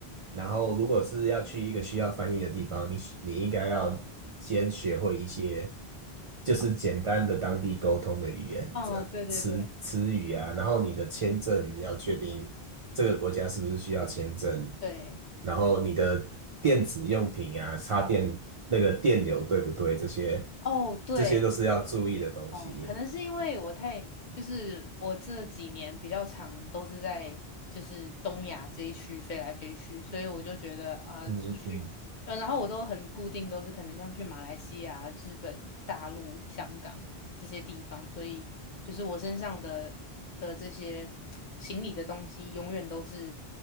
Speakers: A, on the right; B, on the left.
A: 然后如果是要去一个需要翻译的地方，你你应该要先学会一些就是简单的当地沟通的语言，
B: 嗯，
A: 这样词词语啊，
B: 对对对
A: 然后你的签证要确定这个国家是不是需要签证，
B: 对。
A: 然后你的电子用品啊，插电那个电流对不对？这些
B: 哦，对，
A: 这些都是要注意的东西，
B: 哦，可能是因为我太，就是我这几年比较长都是在就是东亚这一区飞来飞去，所以我就觉得啊、
A: 嗯嗯嗯
B: 出去，嗯，然后我都很固定，都是可能像去马来西亚、日本、大陆、香港这些地方，所以就是我身上的的这些行李的东西，永远都是